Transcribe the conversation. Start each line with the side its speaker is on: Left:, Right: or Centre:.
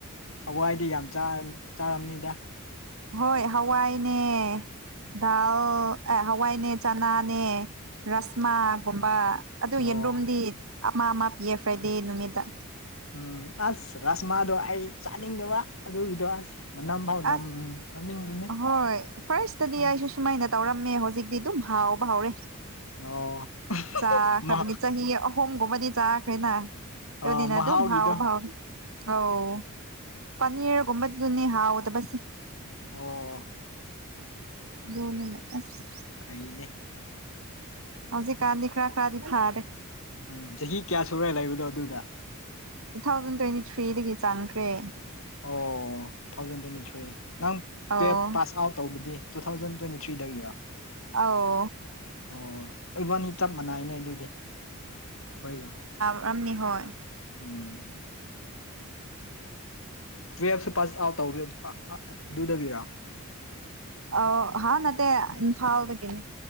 Left: ꯍꯋꯥꯏꯗꯤ ꯌꯥꯝ ꯆꯥꯡ ꯆꯥꯔꯝꯅꯤꯗ
Right: ꯍꯣꯏ ꯍꯋꯥꯏꯅꯦ ꯗꯥꯜ ꯑꯦ ꯍꯋꯥꯏꯅꯦ ꯆꯅꯥꯅꯦ ꯔꯁꯃꯥꯒꯨꯝꯕ ꯑꯗꯨ
Left: ꯑꯣ
Right: ꯌꯦꯟꯔꯨꯝꯗꯤ ꯑꯃ ꯑꯃ ꯄꯤꯌꯦ ꯐ꯭ꯔꯥꯏꯗꯦ ꯅꯨꯃꯤꯠꯇ
Left: ꯎꯝ ꯑꯁ ꯔꯥꯁꯃꯥꯗꯣ ꯑꯩ ꯆꯥꯅꯤꯡꯗꯕ ꯑꯗꯨꯒꯤꯗꯣ ꯑꯁ ꯃꯅꯝ ꯐꯥꯎ ꯅꯝ
Right: ꯑꯁ
Left: ꯅꯝꯅꯤꯡꯗꯦꯅꯦ
Right: ꯍꯣꯏ ꯐꯥꯔꯁꯇꯗꯤ
Left: ꯑꯁ
Right: ꯑꯩꯁꯨ ꯁꯨꯃꯥꯏꯅ ꯇꯧꯔꯝꯃꯦ ꯍꯧꯖꯤꯛꯇꯤ ꯑꯗꯨꯝ ꯍꯥꯎꯕ ꯍꯧꯔꯦ
Left: ꯑꯣ
Right: ꯆꯥꯈ꯭ꯔꯕꯅꯤ
Left: ꯃ
Right: ꯆꯍꯤ ꯑꯍꯨꯝꯒꯨꯝꯕꯗꯤ ꯆꯥꯈ꯭ꯔꯦꯅ ꯑꯗꯨꯅꯤꯅ
Left: ꯑ ꯃꯍꯥꯎꯒꯤꯗꯣ
Right: ꯑꯗꯨꯝ ꯍꯥꯎꯕ ꯍꯧꯔꯦ ꯑꯧ ꯄꯅꯤꯔꯒꯨꯝꯕꯗꯨꯅꯤ ꯍꯥꯎꯗꯕꯁꯦ
Left: ꯑꯣ
Right: ꯕꯨꯅꯤꯅ ꯑꯁ
Left: ꯐꯩꯅꯦ
Right: ꯍꯧꯖꯤꯛꯀꯥꯟꯗꯤ ꯈꯔꯥ ꯈꯔꯥꯗꯤ ꯐꯥꯔꯦ
Left: ꯎꯝ ꯆꯍꯤ ꯀꯌꯥ ꯁꯨꯔꯦ ꯂꯩꯕꯗꯣ ꯑꯗꯨꯗ
Right: ꯇꯨ ꯊꯥꯎꯖꯟ ꯇ꯭ꯋꯦꯟꯇꯤ ꯊ꯭ꯔꯤꯗꯒꯤ ꯆꯪꯈ꯭ꯔꯦ
Left: ꯑꯣ ꯇꯨꯊꯥꯎꯖꯟ ꯇ꯭ꯋꯦꯟꯇꯤ ꯊ꯭ꯔꯤ ꯅꯪ
Right: ꯑꯧ
Left: ꯇꯨꯋꯦꯞ ꯄꯥꯁ ꯑꯥꯎꯠ ꯇꯧꯕꯗꯤ ꯇꯨ ꯊꯥꯎꯖꯟ ꯇ꯭ꯋꯦꯟꯇꯤ ꯊ꯭ꯔꯤꯗꯒꯤꯔꯥ
Right: ꯑꯧ
Left: ꯑꯣ ꯏꯕꯥꯅꯤ ꯆꯞ ꯃꯥꯟꯅꯩꯅꯦ ꯑꯗꯨꯗꯤ ꯍꯣꯏꯒ
Right: ꯔꯝꯅꯤ ꯍꯣꯏ
Left: ꯎꯝ ꯇꯨꯌꯦꯜꯞꯁꯨ ꯄꯥꯁ ꯑꯥꯎꯠ ꯇꯧꯋꯦ ꯑ ꯑ ꯗꯨꯗꯒꯤꯔ
Right: ꯑꯧ ꯍꯥ ꯅꯠꯇꯦ ꯏꯝꯐꯥꯜꯗꯒꯤꯅꯦ